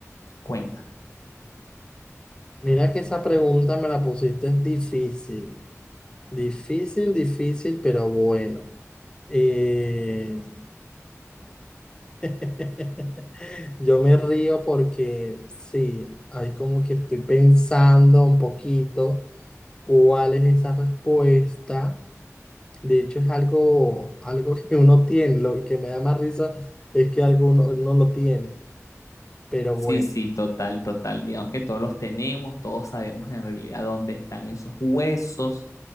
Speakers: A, on the left (about 85°); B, on the left (about 15°).
A: Cuéntame.
B: Mira que esa pregunta me la pusiste difícil. Difícil, difícil, pero bueno. Eh, <laughs> Yo me río porque sí, ahí como que estoy pensando un poquito cuál es esa respuesta. De hecho, es algo, algo que uno tiene, lo, y que me da más risa es que alguno uno lo tiene. Pero
A: Sí,
B: bueno,
A: sí, total, total. Digamos que todos los tenemos, todos sabemos en realidad dónde están esos huesos.